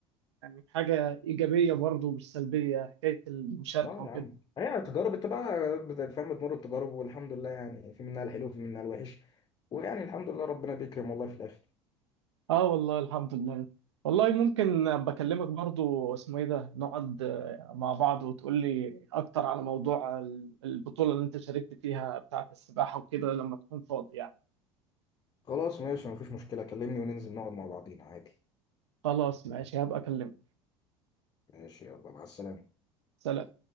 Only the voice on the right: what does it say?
يعني حاجة إيجابية برضه مش سلبية حكاية المشاركة
وكده
اه والله الحمد لله والله ممكن ابقى اكلمك برضو اسمه ايه ده نقعد آه، مع بعض وتقول لي اكتر على موضوع ال- البطولة اللي انت شاركت فيها بتاعة السباحة وكده لما تكون فاضي يعني
خلاص ماشي هبقى اكلمك
سلام